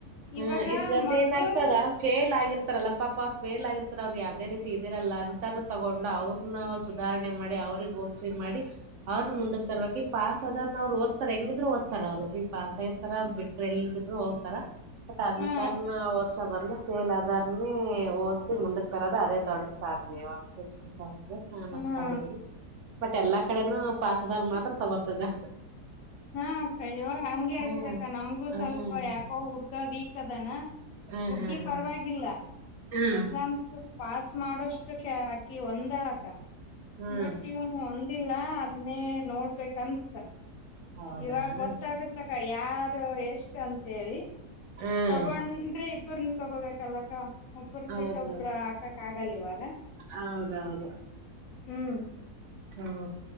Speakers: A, on the right; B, on the left.
A: ಹ್ಮ
B: ಇವಾಗ
A: ಈಸದ್ದ
B: ಮಗಳು
A: ಏನ್ ಆಗ್ತದ ಫೇಲ್ ಆಗಿರ್ ತಾರಲ್ಲ ಪಾಪ ಫೇಲ್ ಆಗಿರ್ತಾರ ಅವ್ರು ಯಾವವು್ದೇ ರೀತಿ ಇದಿರಲ್ಲ ಅಂತಾನ ತಗೊಂಡ್ ಅವ್ರನ ಸುಧಾರಣೆ ಮಾಡಿ ಅವ್ರಿಗೆ ಓದ್ಸಿ ಮಾಡಿ ಅವರು ಮುಂದಕ್ ತರ್ಬೇಕಕ್ ಈ ಪಾಸ್ ಅದ ಅವ್ರು ಓದ್ತ ಹೆಂಗಿದ್ರು ಓದ್ತಾರ ಅವ್ರು ಈ ಪಸ್ ಆಗಿರ್ತಾರ ಬಿಟ್ರ ಎಲ್ಲಿ ಬಿಟರು ಓದ್ತಾರ ಬಟ್ ಅಂತಾರನ
B: ಹಾ
A: ಓದ್ಸ ಬಂದ್ರೆ ಪೇಲ್ ಅದಾರ್ನೇ ಮುಂದಕ್ ಕರದ ಅದೇ ದೊಡ್ಡ ಸಾಧನ ಒಂದ ನಾನ್
B: ಹಾ
A: ಅಂದುಕೊಂಡು ಬಟ್ ಎಲ್ಲಾ ಕಡೆನೂ ಪಾಸದಾರ್ ಮಾತ್ರ ತಗೋರ್ತದ
B: ಹಾ ಅಕ್ಕ ಇವಾಗ ಹಂಗಗೆ ಆಗಿದಕ್ಕ
A: ಹ್ಮ್
B: ನಮ್ಗೂ
A: ಹ್ಮ್
B: ಸ್ವಲ್ಪ ಯಾಕೋ ಹಡ್ ಕ ವೀಕ್ ಅದಾನ
A: ಹ್ಮ್
B: ಹುಡ್ಗಿ
A: ಹ್ಮ್
B: ಪರವಾಗಿಲ್ಲ
A: ಹ್ಮ್ ಹ್ಮ್
B: ಎಕ್ಸಾಮ್ಸ್ ಪಾಸ್ ಮಾಡೋಷ್ ಅಷ್ಟು ಅಕಿ ಒಂದಳಕ್ಕ
A: ಹ್ಮ್
B: ಬಟ್ ಇವನು ಒ ಇಲ್ಲ ಅದನೇ ನೋಡ್ಬೇಕಂತ
A: ಹೌದಾ
B: ಇವಾಗ ಗೊತ್ತಾಗತ್ತ ಕ ಯಾರು ಎಷ್ ಇಷ್ಟ ಅಂತೇಳಿ
A: ಹ್ಮ್
B: ತಗೊಂಡ್ರೆ ಇಬ್ಬ್ರನು ತಗೋಬೇಕಲ್ಲಕ್ಕ ಒಬ್ರ
A: ಹೌದೌದು
B: ಬಿಟ್ಟೊಬ್ಬರು ಹಾಕಕ್ ಆಗಲ್ಲ ಇವಾಗ
A: ಹೌದೌದು
B: ಹ್ಮ್
A: ಹ್ಮ